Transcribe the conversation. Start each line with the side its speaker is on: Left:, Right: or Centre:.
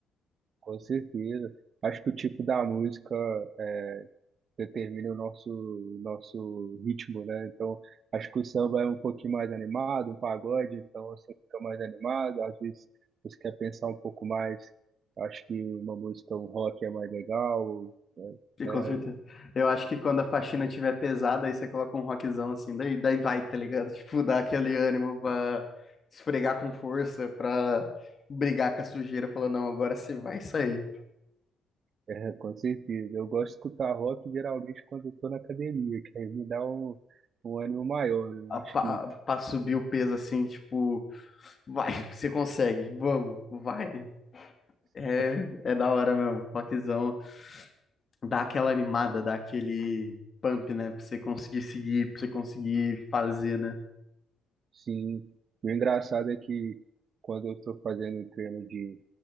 Right: Com certeza. Acho que o tipo da música é, determina o nosso, nosso ritmo, né? Então, acho que o samba é um pouquinho mais animado, um pagode, então você fica mais animado, às vezes você quer pensar um pouco mais, acho que uma música, um rock é mais legal,
Left: E
Right: né?
Left: Com certeza. Eu acho que quando a faxina tiver pesada, aí você coloca um rockzão assim, daí, daí vai, tá ligado? <laughs> Tipo, dá aquele ânimo pra esfregar com força, pra brigar com a sujeira, falar, não, agora você vai sair.
Right: É, é, com certeza. Eu gosto de escutar rock geralmente quando eu tô na academia, que aí me dá um, um ânimo maior, né? eu
Left: A
Right: acho
Left: pa-
Right: que
Left: Pra, subir o peso assim, tipo, vai, <laughs> você consegue, vamos, vai. É,
Right: <laughs>
Left: é da hora mesmo, rockzão. Dá aquela animada, dá aquele pump, né? Pra você conseguir seguir, pra você conseguir fazer, né?
Right: Sim. o engraçado é que quando eu estou fazendo treino de